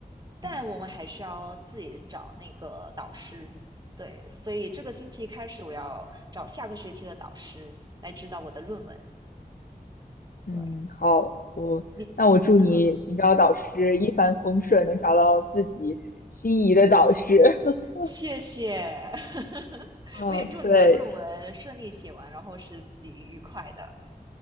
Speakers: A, on the right; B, on the left.
A: 但我们还是要自己找那个导师。
B: 嗯
A: 对，所以这个星期开始，我要找下个学期的导师来指导我的论文。
B: 嗯，
A: 对
B: 好，我那我祝你寻找导师一帆风顺，
A: 你，嗯，
B: 能找到自己心仪的导师。<laughs>
A: 谢谢，<laughs>
B: 嗯，
A: 我也祝你的论文顺利写完，
B: 对。
A: 然后实习愉快的。